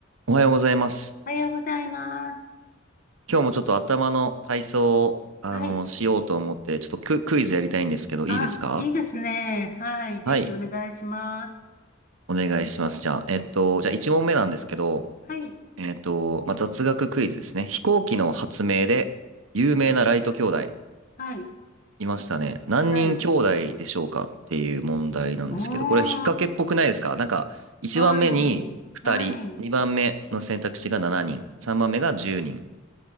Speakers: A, on the right; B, on the left.
A: おはようございます。
B: おはようございます。
A: 今日もちょっと頭の体操を、あの、
B: はい。
A: しようと思って、
B: <clears throat>
A: ちょっとク、クイズやりたいんですけど、
B: あ、
A: いいですか
B: いいですね。はい。ぜひお願いします。
A: はい、お願いします。じゃあ、えっと、じゃあ1問目なんですけど、
B: はい。
A: えっと、まあ、雑学クイズですね。飛行機の発明で有名なライト兄弟
B: はい。はい。
A: いましたね。何人兄弟でしょうかっていう問題なんですけど、
B: はい。お
A: これは引っ掛けっぽくないですかなんか、
B: ー。
A: 1番目に2人、
B: はい。はい。
A: 2番目の選択肢が7人、3番目が10人。